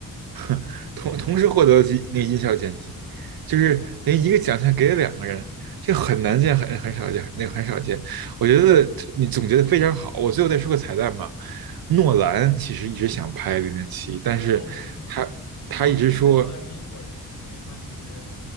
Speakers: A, on the right; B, on the left.
A: <laughs>
B: 哦
A: 同同时获得几那个音效剪辑，就是等于一个奖项给了两个人，这很难见，很很少见，那个很少见。我觉得你总结的非常好。我最后再说个彩蛋吧。诺兰其实一直想拍《零零七》，但是他他一直说
B: 哦，是吗？哦，对，因为诺兰是英国人，所以他其实